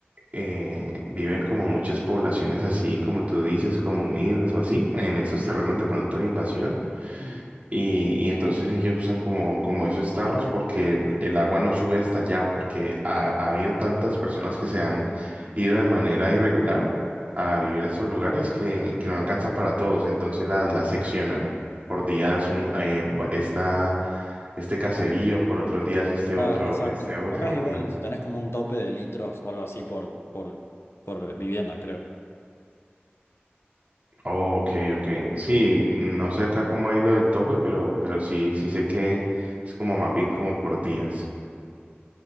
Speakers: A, on the right; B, on the left.
A: eh, viven como muchas poblaciones así, como tú dices, como miles o así, en esos terrenos de pronto de invasión.
B: Mm.
A: Y, y entonces ellos usan como, como esos tarros porque el, el agua no sube hasta allá, porque ha, ha habido tantas personas que se han ido de manera irregular a vivir
B: Sí.
A: a estos lugares que, que no alcanza para todos, entonces las las seccionan. Por días un, eh, va- está este caserío, por otros días este
B: Claro,
A: otro,
B: exacto.
A: este otro.
B: Acá es igual,
A: ujú.
B: o sea, tenés como un tope de litros o algo así por, por, por vivienda, creo.
A: Oh, ok, ok. Sí, no sé acá cómo es lo del tope, pero, pero sí, sí sé que es como más bien como por días.